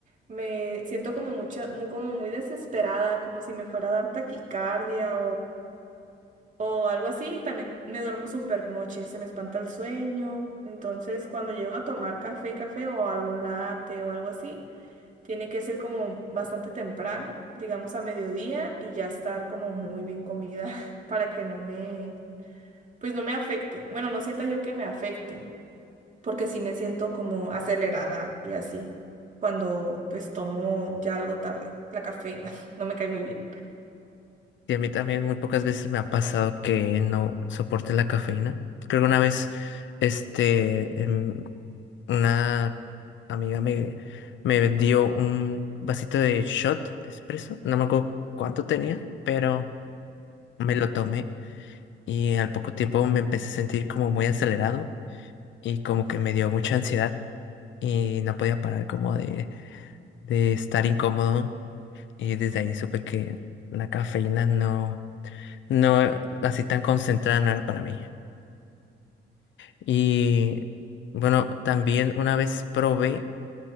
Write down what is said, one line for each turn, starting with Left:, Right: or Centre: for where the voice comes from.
Right: me siento como mucha, muy, como muy desesperada, como si me fuera a dar taquicardia o algo así, también me duermo súper noche, se me espanta el sueño. Entonces, cuando llego a tomar café, café o algún latte o algo así, tiene que ser como bastante temprano, digamos a mediodía, y ya estar como muy bien comida <laughs> para que no me, pues no me afecte. Bueno, no sienta yo que me afecte, porque sí me siento como acelerada y así, cuando pues tomo ya algo tarde, la cafeína, <laughs> no me cae muy bien.
Left: Y a mí también muy pocas veces me ha pasado que no soporte la cafeína. Creo que una vez, este, em, una amiga me, me dio un vasito de shot de espresso. No me acuerdo cuánto tenía, pero... Me lo tomé y al poco tiempo me empecé a sentir como muy acelerado y como que me dio mucha ansiedad y no podía parar como de, de estar incómodo y desde ahí supe que la cafeína no, no así tan concentrada no era para mí. Y bueno, también una vez probé,